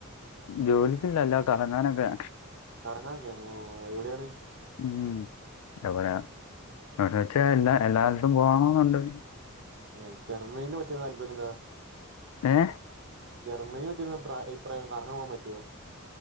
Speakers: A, on the left (about 85°); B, on the right (about 50°).
A: ജോലിക്കല്ല അല്ലാതെ കറങ്ങാനൊക്കെ
B: കറങ്ങാനൊക്കെ ആണോ ഓ എവിടെയാണ്
A: ഉം എവിടെയാ എവിടെ വെച്ചാ എല്ലാ എല്ലായിടത്തും പോണന്നുണ്ട്
B: ഏ ജർമനിനെ പറ്റി താല്പര്യം എന്താ
A: ഏ
B: ജർമ്മനി പറ്റി എന്താ അഭി-അഭിപ്രായം എന്താ കറങ്ങാൻ പോകാൻ പറ്റുവോ